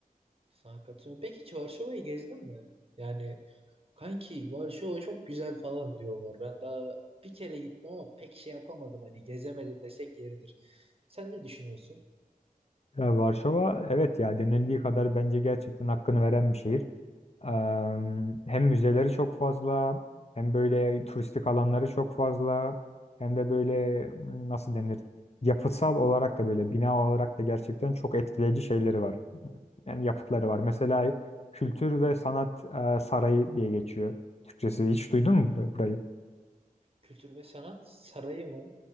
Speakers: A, on the right; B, on the left.
A: Sana katılıyorum. Peki hiç Varşova'yı gezdin mi? Yani kanki Varşova çok güzel falan diyorlar. Ben daha bir kere gittim ama pek şey yapamadım. Hani gezemedi desek yeridir. Sen ne düşünüyorsun?
B: Ya Varşova evet ya denildiği kadar bence gerçekten hakkını veren bir şehir. Em, Hem müzeleri çok fazla, hem böyle turistik alanları çok fazla, hem de böyle m, nasıl denir? Yapısal olarak da böyle bina olarak da gerçekten çok etkileyici şeyleri var. Yani yapıtları var. Mesela Kültür ve Sanat e, Sarayı diye geçiyor. Türkçesi hiç duydun mu bur- burayı?
A: Kültür ve Sanat Sarayı mı?